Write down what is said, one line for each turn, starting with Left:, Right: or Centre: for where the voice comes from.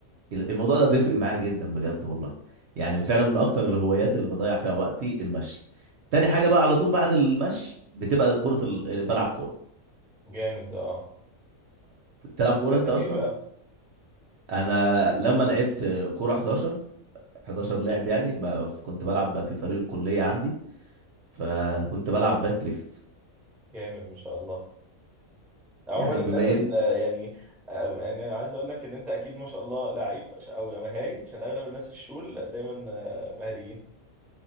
Right: ال- الموضوع ده بيفرق معايا جدا بجد والله يعني
Centre: مم.
Right: فعلا من اكتر الهوايات اللي بضيع فيها وقتي المشي تاني حاجه بقى على طول بعد المشي بتبقى كره ال... بلعب كوره
Centre: جامد اه
Right: بتلعب
Centre: مركزك
Right: كوره انت اصلا
Centre: ايه بقى
Right: انا لما لعبت كوره 11 11 لاعب يعني ما ف- كنت بلعب بقى في فريق الكلية عندي فكنت بلعب باك ليفت
Centre: جامد ما شاء الله عموما
Right: يعني بما
Centre: الناس اللي
Right: ان
Centre: يعني آه، يعني انا عايز اقول لك ان انت اكيد ما شاء الله لعيب عش- او مهاري عشان اغلب الناس الشول دايما آه، مهاريين